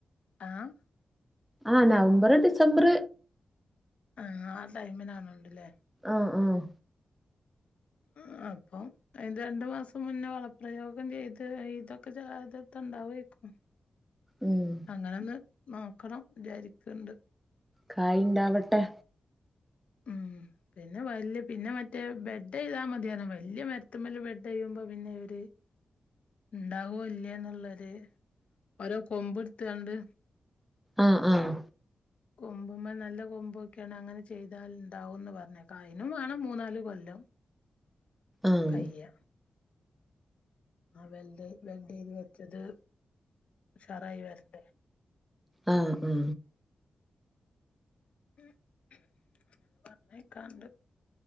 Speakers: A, on the left (about 70°); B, in the centre.
A: ആഹ്
B: ആഹ് നവംബർ ഡിസംബർ
A: ആഹ് ആ ടൈമിലാണ്ട്ല്ലേ
B: ആഹ് ആഹ്
A: ആഹ് അപ്പം അയിന്റെ രണ്ട് മാസം മുന്നേ വളപ്രയോഗം ചെയ്ത് ഇതൊക്കെ ചാതൊട്ത്താ ഇണ്ടാവേക്കും
B: ഉം
A: അങ്ങനൊന്ന് നോക്കണം വിചാരിക്ക്ണ്ട്
B: കായ്ണ്ടാവട്ടെ
A: ഉം പിന്നെ വല്ല്യേ പിന്നെ മറ്റേ ബെഡ്ഡ്യ്താ മതിയാന്നു വല്ല്യേ മരത്തുമ്മല് ബെഡ്ഡ്യ്യുമ്പോ പിന്നെ ഒര് ഇണ്ടാവോ ഇല്ലേന്ന്ള്ളൊര് ഓരോ കൊമ്പ്ട്ത്ത്ക്കാണ്ട്
B: ആഹ് ആഹ്
A: കൊമ്പുമ്മെ നല്ല കൊമ്പോക്ക്യാണ് അങ്ങനെ ചെയ്താൽ ഉണ്ടാവുംന്ന് പറഞ്ഞേക്കാ അയ്നും വേണം മൂന്നാല് കൊല്ലം
B: ആഹ്
A: കയ്യ ആഹ് വെൽഡ് വെൽഡേയ്ത് വെച്ചത് ഉഷാറായി വരട്ടെ
B: ആഹ് ആഹ്
A: ഉം പറ്ഞ്ഞേക്കാണ്ട്